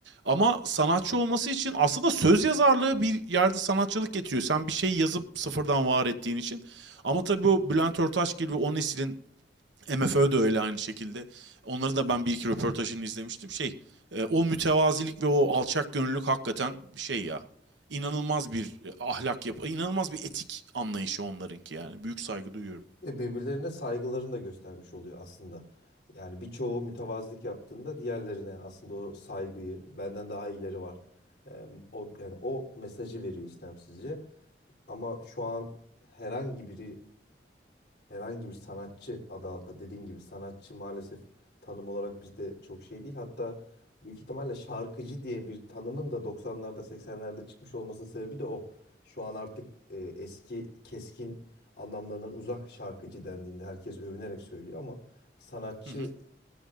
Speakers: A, on the right; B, on the left.
A: Ama sanatçı olması için aslında söz yazarlığı bir yerde sanatçılık getiriyor. Sen bir şeyi yazıp sıfırdan var ettiğin için. Ama tabii o Bülent Ortaçgil ve o neslin MFÖ de öyle aynı şekilde. onları da ben bir iki röportajını izlemiştim. Şey, e, o mütevazilik ve o alçak gönüllülük hakikaten şey ya. inanılmaz bir e, ahlak yap, inanılmaz bir etik anlayışı onlarınki yani. Büyük saygı duyuyorum.
B: Ve birbirlerine saygılarını da göstermiş oluyor aslında. Yani birçoğu mütevazilik yaptığında diğerlerine aslında o saygıyı benden daha ileri var. Ee, o yani o mesajı veriyor istemsizce. Ama şu an herhangi biri herhangi bir sanatçı adı altında dediğin gibi sanatçı maalesef tanım olarak bizde çok şey değil. Hatta büyük ihtimalle şarkıcı diye bir tanımın da 90'larda 80'lerde çıkmış olmasının sebebi de o. Şu an artık e, eski keskin anlamlarından uzak şarkıcı dendiğinde herkes övünerek söylüyor ama sanatçı
A: Hı hı.